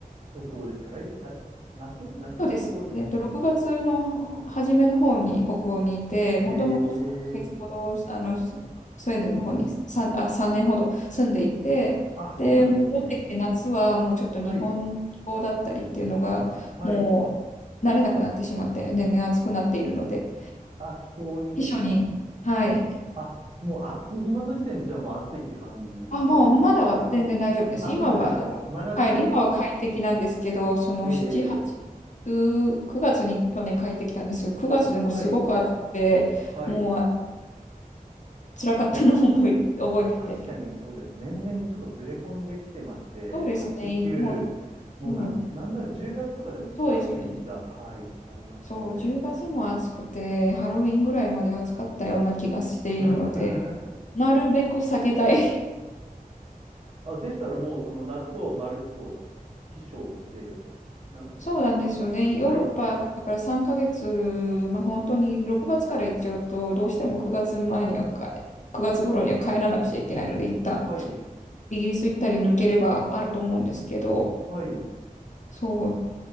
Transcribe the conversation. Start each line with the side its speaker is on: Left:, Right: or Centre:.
Right: 北欧ですか来月、あれ夏夏に北欧ですか
Left: そうです。えっと、6月の初めの方に北欧にいて、
Right: ええ
Left: もともと3ヶ月ほど、あの、ススウェーデンの方に3、あ、3年ほど住んでいて、
Right: あ、そうなんですね。
Left: で、戻ってきて夏はもうちょっと日本の気候だったりっていうのが、
Right: はい。はい。
Left: もう慣れなくなってしまって、年々暑くなっているので、
Right: あ、気候にですか
Left: 避暑に、はい。
Right: あ、もう、あ、い今の時点でじゃあもう暑いって感じられるぐらいです。
Left: あ、もうまだは全然大丈夫です。
Right: え、あ、
Left: 今は、
Right: まだないですか真夏がってことですね。
Left: あのはい、今は快適なんですけど、その7、
Right: ええ
Left: 8、9、9月に去年帰ってきたんですよ。9月でもすごく暑くて、
Right: はい。はい。
Left: もうあの辛かったのを思い、覚えてて。
Right: いや、確かにそうです。年々ちょっとずれ込んできてまして、
Left: そうですよね。
Right: 8、9、
Left: いもう、
Right: もうなん、
Left: うん、
Right: なんなら10月とかでもちょっと暑い日が、
Left: そうですよね。
Right: はい、ありますので。
Left: そう、10月も暑くて、ハロウィンぐらいまで暑かったような気がしているので、
Right: <laughs>
Left: なるべく避けたい
Right: あ、でしたらもうその夏をまるっと秘書で、な、
Left: そうなんですよね。
Right: はい、
Left: ヨーロッパだから3ヶ月、まあ、本当に6月から行っちゃうと、どうしても9月前にはか9月頃には帰らなくちゃいけないので、一旦
Right: はい、
Left: イギリス行ったり抜ければあると思うんですけど、
Right: はい、
Left: そう、